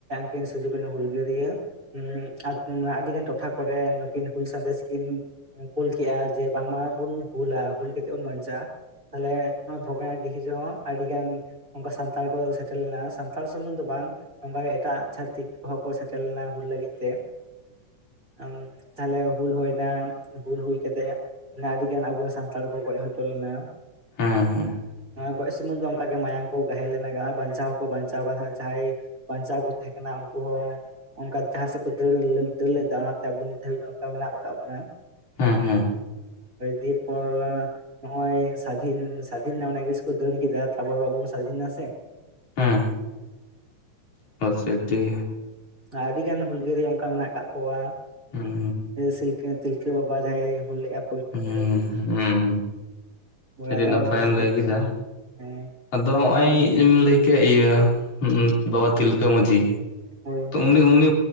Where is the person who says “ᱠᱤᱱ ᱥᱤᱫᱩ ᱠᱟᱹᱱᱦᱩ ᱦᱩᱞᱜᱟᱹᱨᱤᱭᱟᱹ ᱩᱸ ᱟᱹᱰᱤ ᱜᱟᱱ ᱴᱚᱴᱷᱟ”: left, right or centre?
Right